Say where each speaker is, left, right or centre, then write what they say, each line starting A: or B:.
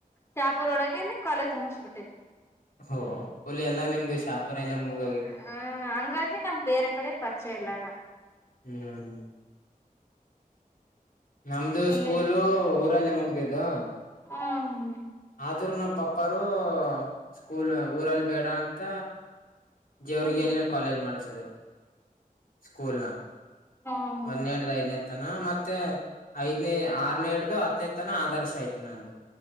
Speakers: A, on the left (about 15°); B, on the left (about 70°).
A: ಶಾಪೂರ್ ಒಳಗೆನೆ ಕಾಲೇಜ್ ಮುಗಿಸಬಿಟ್ಟೇನಿ.
B: ಹ ಫುಲ್ ಎಲ್ಲ ನಿಮ್ದು ಶಾಪುರಲ್ಲೇ ಮುಗ್ದೋಗಿವೆ.
A: ಹ ಹಂಗಾಗಿ ನಮ್ ಬೇರೆ ಕಡೆ ಪರ್ಚಯ ಇಲ್ಲಣ.
B: ಹ್ಮ್ ನಮ್ದು
A: ಇಲ್ಲೇ
B: ಸ್ಕೂಲು ದ್ರಲ್ಲೇ ಮುಗ್ದಿದ್ದು.
A: ಹ್ಮ
B: ಆದ್ರೂ ನಮ್ ಪಪ್ಪಾರು ಸ್ಕೂಲ್ ಊರಲ್ಲಿ ಬೇಡ ಅಂತ ಜೇವರ್ಗೆಲ್ಲೇ
A: ಹ್ಮ್
B: ಕಾಲೇಜ್ ಮಾಡಸಿದ್ರು. ಸ್ಕೂಲ
A: ಹ್ಮ್ ಹ್ಮ್ ಹ್ಮ್
B: ಒನ್ನೆಡ್ರೖನೇದ್. ತನ ಮತ್ತೆ ಐದ್ನೇ ಆರನೇ ಇಡ್ದು ಹತ್ತನೇತನ ಆದರ್ಶ ಆಯ್ತು ನಂದು.